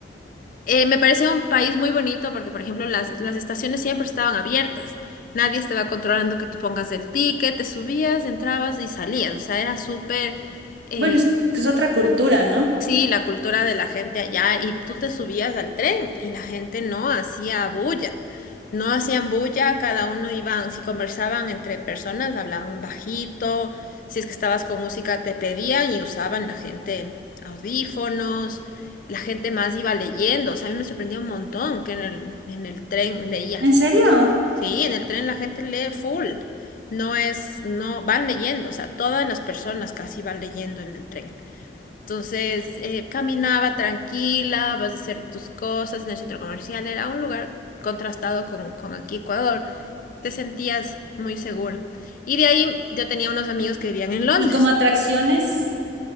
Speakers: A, on the left; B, on the right.
A: eh, me parecía un país muy bonito porque, por ejemplo, las, las estaciones siempre estaban abiertas. Nadie estaba controlando que tú pongas el ticket, te subías, entrabas y salías. O sea, era súper, eh,
B: Bueno, es que es otra cultura, ¿no?
A: Sí, la cultura de la gente allá y tú te subías al tren y la gente no hacía bulla, no hacían bulla, cada uno iban, si conversaban entre personas, hablaban bajito, si es que estabas con música te pedían y usaban la gente audífonos, la gente más iba leyendo, o sea, a mí me sorprendía un montón que en el, en el tren leía,
B: ¿En serio?
A: sí, en el tren la gente lee full, no es, no, van leyendo, o sea, todas las personas casi van leyendo en el tren. Entonces, eh, caminaba tranquila, vas a hacer tus cosas en el centro comercial. Era un lugar contrastado con, con aquí Ecuador. Te sentías muy seguro Y de ahí yo tenía unos amigos que vivían en Londres.
B: ¿Y como atracciones?